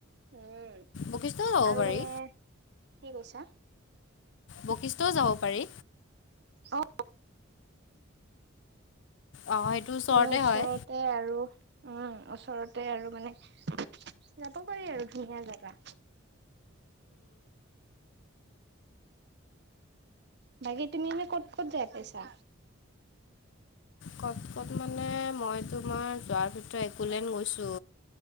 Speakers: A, on the right; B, on the left.
A: উম,
B: বশিষ্ঠও যাব
A: আৰু
B: পাৰি
A: মানে কি কৈছা।
B: বশিষ্ঠও যাব পাৰি।
A: অ
B: অঁ সেইটো ওচৰতে
A: মানে ওচৰতে
B: হয়
A: আৰু উম ওচৰতে আৰু মানে যাব পাৰি আৰু ধুনীয়া জোগা। বাকি তুমি মানে ক'ত, ক'ত যায় পইচা।
B: ক'ত ক'ত মানে মই তোমাৰ যোৱাৰ ভিতৰত একোলেন্দ গৈছো।